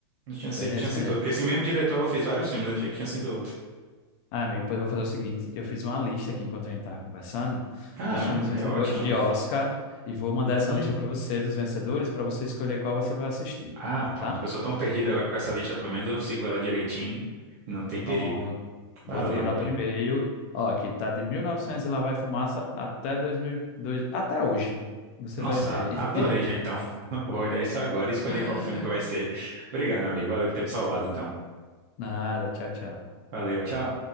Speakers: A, on the right (about 40°); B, on the left (about 30°).
A: Eu tinha sei
B: foi nesse,
A: que tinha sido
B: foi nesse.
A: outro. Porque esse mesmo diretor ela fez vários filmes. Achei que tinha sido outro.
B: Ah, amigo, pois eu vou fazer o seguinte: eu fiz uma lista aqui enquanto a gente estava conversando
A: Caramba,
B: dos filmes vencedores
A: é ótimo.
B: de Oscar e vou mandar
A: Hum.
B: essa lista para você dos vencedores para você escolher qual você vai assistir,
A: Ah, pronto.
B: tá?
A: Que eu sou tão perdido agora com essa lista. Pelo menos eu sigo ela direitinho. Não tem
B: Pronto.
A: perigo.
B: Vou
A: Valeu,
B: te mandar
A: amigo.
B: por e-mail. Ó, aqui tá de 1900 e novecentos e lá vai fumaça até 2002, até hoje. Você
A: Nossa,
B: vai ver
A: adorei
B: aí.
A: já então. <laughs> Vou olhar isso agora e escolher
B: <laughs>
A: qual filme que vai ser. Obrigado, meu amigo. Valeu por ter me salvado então.
B: Nada, tchau, tchau.
A: Valeu, tchau.